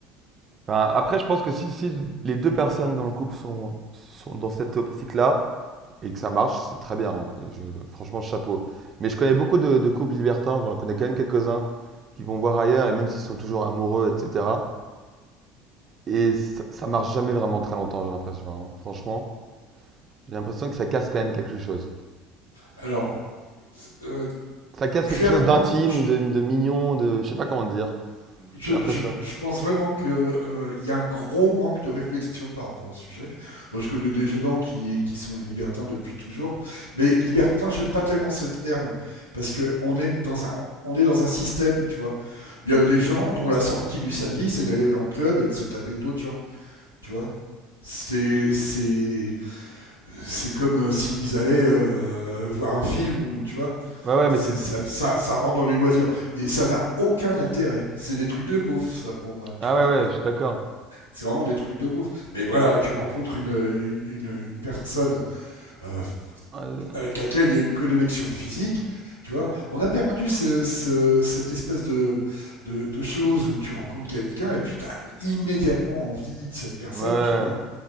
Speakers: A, on the right (about 35°); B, on the left (about 90°).
A: Enfin, après, je pense que si, si les deux personnes dans le couple sont, sont dans cette optique-là, et que ça marche, c'est très bien. hein, et je, franchement, chapeau. Mais je connais beaucoup de, de couples libertins, j'en connais quand même quelques-uns, qui vont voir ailleurs, et même s'ils sont toujours amoureux, etc. Et ça, ça marche jamais vraiment très longtemps, j'ai l'impression. hein. Franchement. J'ai l'impression que ça casse quand même quelque chose.
B: Alors, euh,
A: Ça casse
B: clairement,
A: quelque chose d'intime,
B: je,
A: de, de mignon, de. Je sais pas comment te dire.
B: je,
A: J'ai l'impression.
B: je, je pense vraiment qu'il euh, il y a un gros manque de réflexion par rapport au sujet. Moi, je connais des gens qui, qui sont libertins depuis toujours, mais libertin, j'aime pas tellement ce terme parce que on est dans un on est dans un système, tu vois. Il y a des gens dont la sortie du samedi, c'est d'aller en club et de se taper d'autres gens, tu vois. C'est c'est c'est comme euh, s'ils allaient euh, voir un film ou tu vois,
A: Ouais, ouais, mais
B: c'est-
A: c'est.
B: ça, ça, ça rentre dans les loisirs et ça n'a aucun intérêt. C'est des trucs de beauf ça pour moi,
A: Ah
B: tu vois.
A: ouais, ouais, je suis d'accord.
B: C'est vraiment des trucs de beauf. Mais voilà, tu rencontres une euh, une, une- une personne euh,
A: Euh,
B: avec laquelle il y a une connexion physique, tu vois. On a perdu ce, ce- cette espèce de, de de choses où tu rencontres quelqu'un et puis t'as immédiatement envie de cette personne,
A: Ouais, ouais,
B: tu vois.